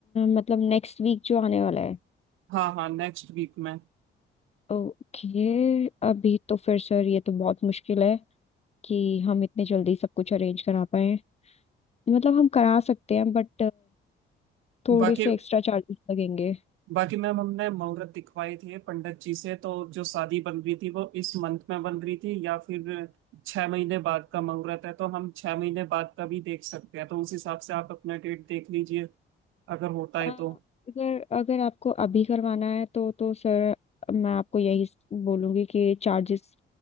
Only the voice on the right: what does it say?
हाँ हाँ नेक्स्ट वीक में
बाकी
बाकी मैम हमने मुहूर्त दिखवाए थे पंडित जी से तो जो शादी बन रही थी वो इस मंथ में बन रही थी या फिर छह महीने बाद का मुहूर्त है तो हम छह महीने बाद का भी देख सकते हैं तो उस हिसाब से आप अपना डेट देख लीजिए अगर होता
है तो